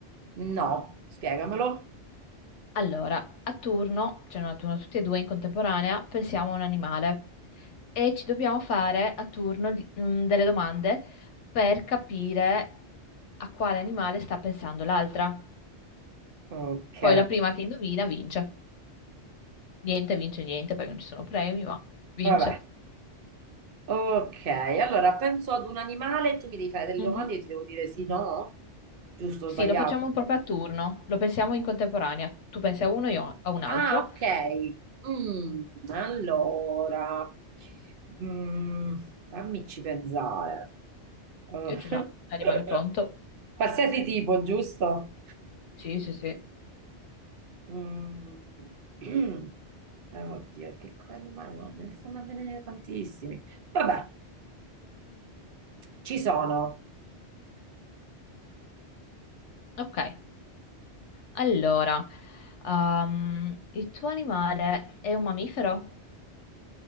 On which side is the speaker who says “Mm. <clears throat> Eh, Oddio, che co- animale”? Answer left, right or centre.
Right